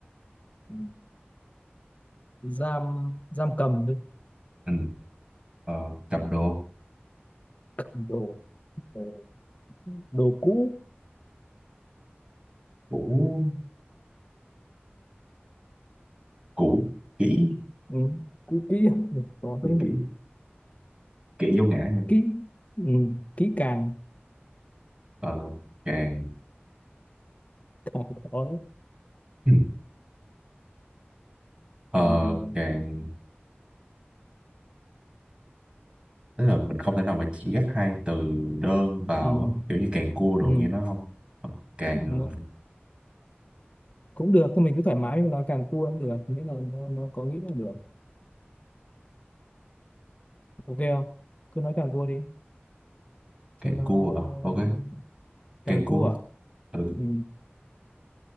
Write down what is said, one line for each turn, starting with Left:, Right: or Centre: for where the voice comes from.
Left: à, giam giam cầm đấy
Right: ừ. ờ, cầm đồ
Left: cầm đồ Rồi đồ cũ
Right: cũ cũ kỹ
Left: ừ, cũ kỹ à? Ừ, có
Right: cũ
Left: thế này
Right: kỹ kỹ vô ngã
Left: kỹ ừ, kỹ càng
Right: ờ, càng
Left: càng có đấy.
Right: <clears throat> ờ,
Left: càng gì rồi.
Right: càng tức là mình không thể nào mà chỉ ghép hai từ đơn vào
Left: ừ,
Right: á. kiểu như càng cua
Left: ừ,
Right: đồ nghe nó không Ờ, càng
Left: nó
Right: ờ,
Left: cũng được thôi mình cứ thoải mái mình nói càng cua cũng được miễn là nó nó có nghĩa là được ok không cứ nói càng cua đi
Right: càng
Left: cho nó
Right: cua à? ok càng
Left: càng
Right: cua
Left: cua à?
Right: ừ,
Left: ừ.